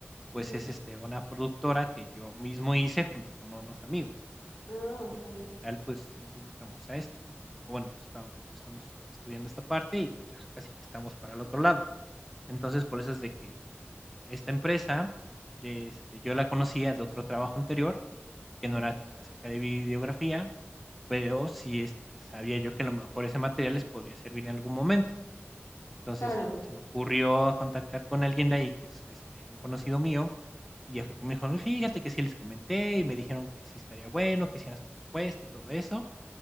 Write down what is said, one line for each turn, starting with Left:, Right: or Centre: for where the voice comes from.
Centre: pues
Left: Ujú.
Centre: es este una productora que yo mismo hice junto con unos amigos,
Left: Ah, ok.
Centre: porque como tal, pues nos dedicamos a esto. O Bueno, estamos, estamos estudiando esta parte y pues ya casi que estamos para el otro lado. Entonces, por eso es de que esta empresa, este, yo la conocía de otro trabajo anterior, que
Left: Ujú,
Centre: no era acerca de videografía, Pero sí, este, sabía yo que a lo mejor ese material les podría servir en algún momento. Entonces,
Left: Claro.
Centre: se me ocurrió contactar con alguien de ahí, que es, este, un conocido mío, y ya fue que me dijo: "Fíjate que sí les comenté, y me dijeron que sí estaría bueno, que hicieras tu propuesta y todo eso".